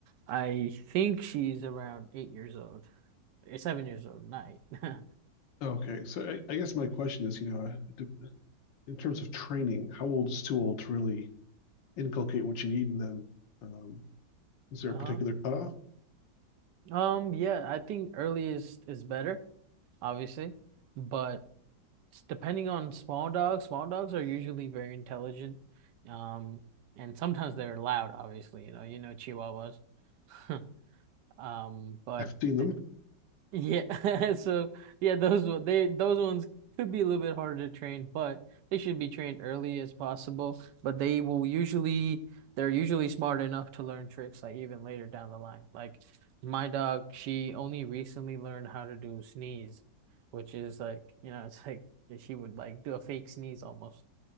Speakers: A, on the right; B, on the left.
A: I think she's around eight years old, or seven years old, not eight. <laughs>
B: Okay, so I, I guess my question is, you know, uh, d- in terms of training, how old is too old to really inculcate what you need in them? Um, is there
A: Uh-huh.
B: a particular cutoff?
A: Um, yeah, I think earliest is better. obviously. But s- depending on small dogs, small dogs are usually very intelligent. Um, and sometimes they're loud, obviously, you know, you know Chihuahuas. <laughs> Um, but
B: I've seen them,
A: th yeah, <laughs> so yeah, those one- they those ones could be a little bit harder to train, but they should be trained early as possible. But they will usually they're usually smart enough to learn tricks like even later down the line. Like my dog, she only recently learned how to do sneeze, which is like, you know, it's like she would like do a fake sneeze almost.